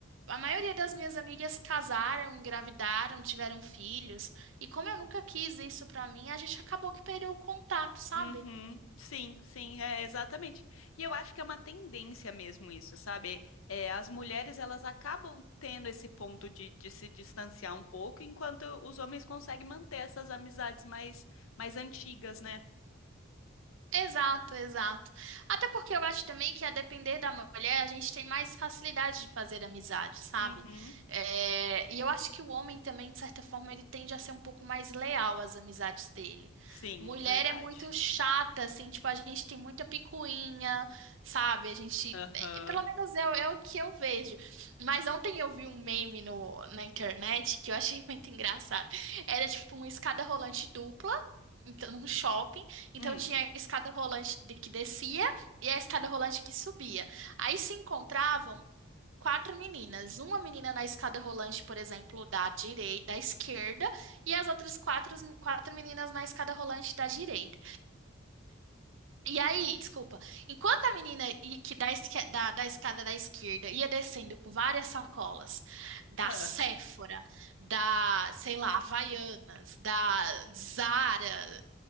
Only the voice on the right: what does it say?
a maioria das minhas amigas casaram, engravidaram, tiveram filhos, e como eu nunca quis isso pra mim, a gente acabou que perdeu o contato, sabe?
Exato, exato. Até porque eu acho também que, a depender da mulher, a gente tem mais facilidade de fazer amizade, sabe?
É, E eu acho que o homem também, de certa forma, ele tende a ser um pouco mais leal às amizades dele.
Mulher
é muito chata, assim, tipo, a gente tem muita picuinha, sabe? A gente.
é, Pelo menos é, o- é o que eu vejo. Mas ontem eu vi um meme no, na internet que eu achei muito engraçado. Era tipo uma escada rolante dupla então, num shopping. Então
tinha a escada rolante de- que descia e a escada rolante que subia. Aí se encontravam quatro meninas, uma menina na escada rolante, por exemplo, da direita, da esquerda, e as outras quatro, quatro meninas na escada rolante da direita. E aí, desculpa, enquanto a menina i- que da, esque- da, da escada da esquerda ia descendo com várias sacolas da
Sephora, da, sei lá, Havaianas, da Zara